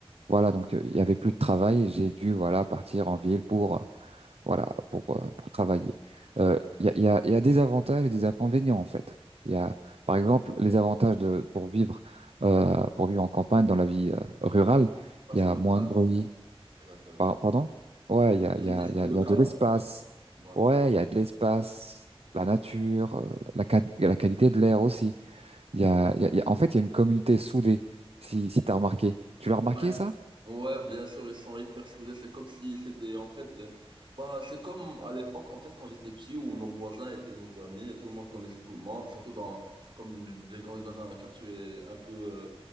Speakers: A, on the right; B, on the right.
A: Voilà, donc euh, il y avait plus de travail et j'ai dû voilà partir en ville pour euh, voilà pour euh, pour travailler. Euh, Il y a, il y a, il y a des avantages et des inconvénients en fait. Il y a par exemple les avantages de pour vivre euh, pour vivre en campagne dans la vie euh, rurale,
B: Ah,
A: il
B: C'est
A: y a
B: le
A: moins
B: calme.
A: de bruit.
B: Exactement.
A: Par- pardon? Ouais, il y a
B: J'ai
A: il y a
B: dit c'était
A: il y a,
B: le
A: il
B: calme.
A: y a de l'espace.
B: Ouais.
A: Ouais, il y a de l'espace, la nature, euh, la, qua- la qualité de l'air aussi. Il y a, il y a- il y a- en fait, il y a une communauté soudée, si, si tu as remarqué. Tu l'as remarqué,
B: Ouais.
A: ça?
B: Ouais, bien sûr, ils sont hyper soudés. C'est comme si c'était en fait, euh, bah, c'est comme à l'époque en fait quand j'étais petit où nos voisins étaient nos amis et tout le monde connaissait tout le monde. Surtout dans, comme j'ai grandi dans un quartier un peu, euh,